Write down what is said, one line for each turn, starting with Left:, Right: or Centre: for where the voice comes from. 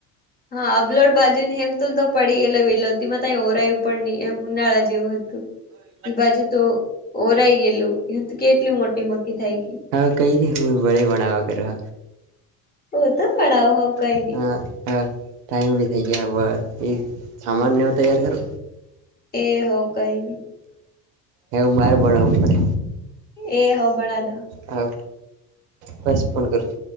Left: હા, અબલોડ બાજુ ની ને, હમ, તુલ તો પડી ગયેલો, વેલોતી માં ત ઓરાયું પણ નહી, એમ ઉનાળા જેવું હતું.
Right: હ.
Left: એઈ બાજુ તો ઓરાઈ ગયેલું, એ તો કેટલી મોટી મક્કી થાય ગયા.
Right: હા, કઈને હ બળે બનાવક રહે.
Left: ઓ તો બડાવ હોવ કઈ
Right: હા
Left: નઈ.
Right: હા ટાઈમ બી થઇ ગયા, એ સામાનનેવ તૈયાર કરો.
Left: એ હો કઈ ન.
Right: એવું મારે બડાવું પડે.
Left: એ હો બનાવી દે.
Right: હા, દસ ફોન કરશે.